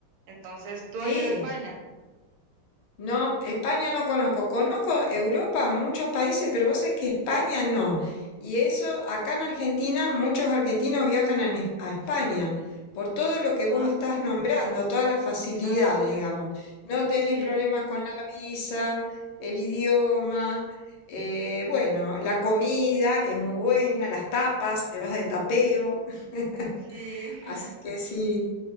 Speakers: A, on the right (about 75°); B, on the left (about 70°).
A: Entonces, ¿tú
B: Sí,
A: has ido a España?
B: No, España no conozco. Conozco Europa, muchos países, pero vos sabés que España no. Y eso, acá en Argentina, muchos argentinos viajan a, Ne- a España por todo lo
A: Ajá.
B: que vos estás nombrando, todas las facilidades,
A: Ah, ok.
B: digamos.
A: ok.
B: No tenés
A: Sí,
B: problemas con la visa, el idioma, eh, bueno, la comida, que es muy buena, las tapas, te vas de tapeo. <laughs>
A: sí. <laughs>
B: Así que sí,